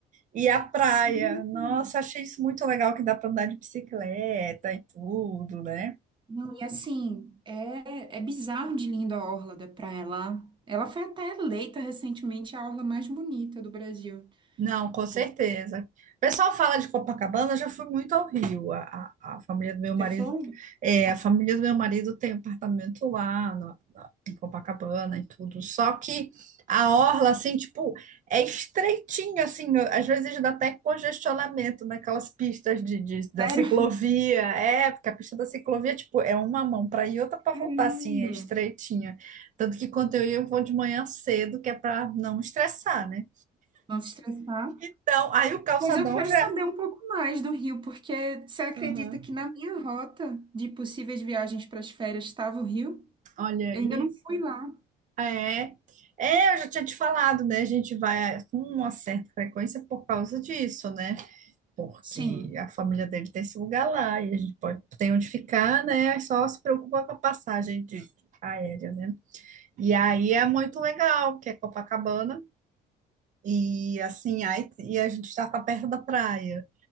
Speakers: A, on the right; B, on the right.
A: e a praia.
B: sim.
A: Nossa, achei isso muito legal que dá para andar de bicicleta e tudo, né?
B: Não, e assim, é, é bizarro de linda a orla da praia lá. Ela foi até eleita recentemente a orla mais bonita do Brasil.
A: Não, com certeza.
B: Por...
A: O pessoal fala de Copacabana, eu já fui muito ao Rio. A, a- a família do meu
B: Você
A: marido,
B: foi?
A: é, a família do meu marido tem apartamento lá na- na- em Copacabana e tudo. Só que a orla, assim, tipo, é estreitinha, assim, eu- às vezes dá até congestionamento naquelas pistas de, de- da
B: Sério?
A: ciclovia. É, porque a pista da ciclovia, tipo, é uma mão para ir e outra para
B: Caramba!
A: voltar, assim, é estreitinha. Tanto que quando eu ia, eu vou de manhã cedo, que é para não estressar, né?
B: Vamos estressar.
A: Então, aí o calçadão
B: Mas eu quero
A: já.
B: saber um pouco mais do Rio, porque você acredita
A: Uhum.
B: que na minha rota de possíveis viagens para as férias estava o Rio?
A: Olha
B: Eu
A: aí.
B: ainda não fui lá.
A: É. É, eu já tinha te falado, né? A gente vai com uma certa frequência por causa disso, né? Porque
B: Sim.
A: a família dele tem esse lugar lá e a gente pode tem onde ficar, né? É Só se preocupa com a passagem de aérea, né? E aí é muito legal, porque é Copacabana e assim, aí e a gente já tá perto da praia.